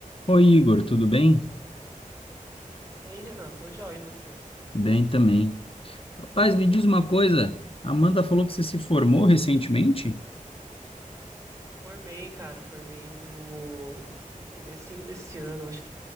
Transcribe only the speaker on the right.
E aí, Renan, tô joia, e você?
Formei, cara, formei no, no comecinho desse ano, acho que